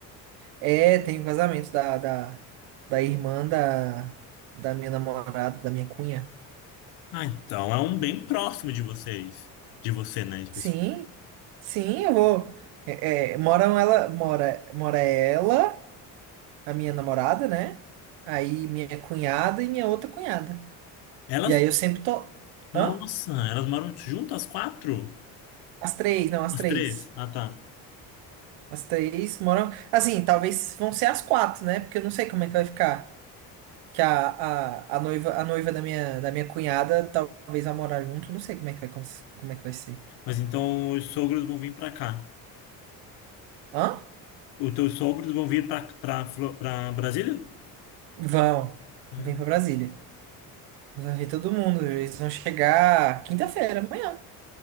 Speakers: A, on the right; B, on the left.
A: É, tenho um casamento da, da, da irmã da, da minha namorada, da minha cunha.
B: Ah, então, é um bem próximo de vocês. De você, né? especificamente.
A: Sim, sim, eu vou. É, é, moram ela, mora, mora ela, a minha namorada, né? Aí minha cunhada e minha outra cunhada.
B: Elas...
A: E aí eu sempre tô.
B: Nossa,
A: Hã?
B: elas moram juntas, as quatro?
A: As três, não, as
B: As
A: três.
B: três? Ah, tá.
A: As três moram. Assim, talvez vão ser as quatro, né? Porque eu não sei como é que vai ficar. Que a, a, a noiva, a noiva da minha, da minha cunhada talvez vá morar junto. Não sei como é que vai, acon- como é que vai ser.
B: Mas então os sogros vão vir para cá.
A: Hã?
B: Os teus sogros vão vir para para Brasília?
A: Vão.
B: Hum.
A: Vem pra Brasília. Vai ver todo mundo. Eles vão chegar quinta-feira, amanhã.